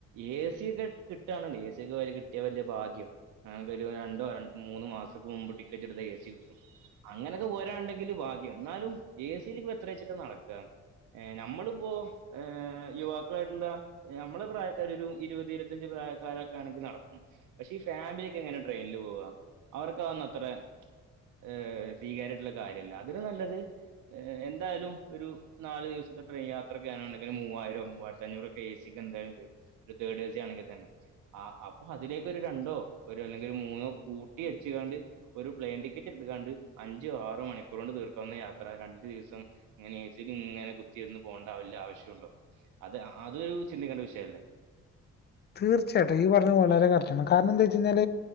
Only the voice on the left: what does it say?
തീർച്ചയായിട്ടും ഇയ്യ് പർണെ വളരെ കറക്റ്റാണ് കാരണം എന്താന്ന് ചോയിച്ചെഴിഞ്ഞാൽ